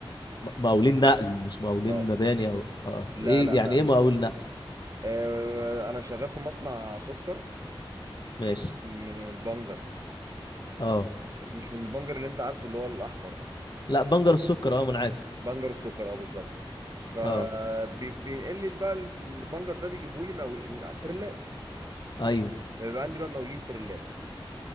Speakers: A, on the left; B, on the right.
A: م- مقاولين نقل مش مقاولين
B: اه
A: مباني او اه
B: لا
A: ايه
B: لا
A: يعني
B: لا
A: ايه مقاول نقل
B: آه انا شغال في مصنع سكر
A: ماشي
B: من البنجر
A: اه
B: بس مش من البنجر اللي انت عارفه اللي هو الاحمر ده
A: لا بنجر السكر اه ما انا عارف
B: بنجر السكر اه بالظبط فبينقل
A: اه
B: لي بقى البنجر ده بيجيبوا لي مقاول... تريلات
A: ايوه
B: فبيبقى عندي بقى مقاولين تريلات